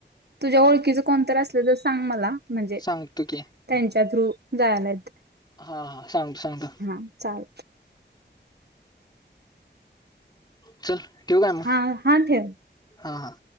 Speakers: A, on the right (about 60°); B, on the left (about 20°).
A: तुझ्या ओळखीच कोणतरी असल तर सांग मला. म्हणजे
B: सांगतो की
A: त्यांच्या थ्रू जायलायत
B: हा सांगतो सांगतो.
A: हा चाल
B: चल ठेवू काय मग.
A: हा हा ठेव.
B: हा हा